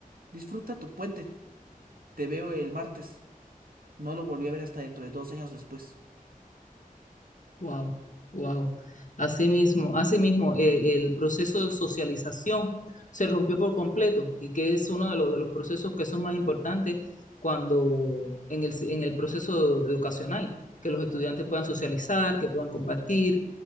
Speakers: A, on the right; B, on the left.
A: disfruta tu puente, te veo el martes. No lo volví a ver hasta dentro de dos años después.
B: Wow, wow. Así mismo, así mismo, eh, el proceso de socialización se rompió por completo y que es uno de los, de los procesos que son más importantes cuando en el, en el proceso educacional, que los estudiantes puedan socializar, que puedan compartir,